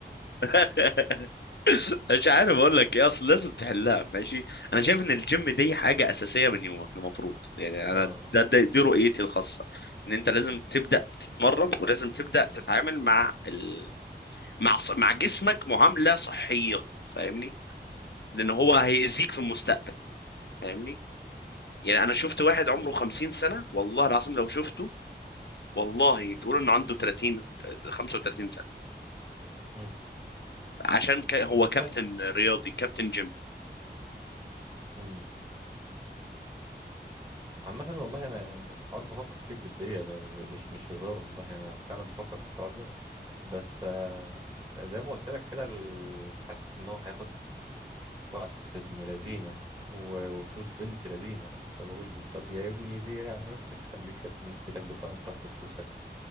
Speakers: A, on the left; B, on the right.
A: <laughs> مش عارف اقول لك ايه اصل لازم تحلها ماشي انا شايف ان الجيم دي حاجه اساسيه من يومك المفروض يعني انا
B: اه
A: ده, ده دي رؤيتي الخاصه ان انت لازم تبدا تتمرن ولازم تبدا تتعامل مع ال... مع ص- مع جسمك معامله صحيه فاهمني لان هو
B: أمم،
A: هيأذيك في المستقبل فاهمني يعني انا شفت واحد عمره 50 سنة والله العظيم لو شفته والله تقول انه عنده 30 35 سنة
B: أمم.
A: عشان ك... هو كابتن
B: طيب
A: رياضي كابتن جيم
B: أمم. عامة والله أنا الحوار بفكر فيه بجدية م- م- مش مش هزار والله أنا فعلا بفكر في الحوار ده بس آه، زي ما قلت لك كده ال- حاسس إن هو هياخد وقت ابن لذينة و- وفلوس بنت لذينة فبقول طب يا ابني ليه يعني نفسك خليك يا ابني في بيتك بكرامتك بفلوسك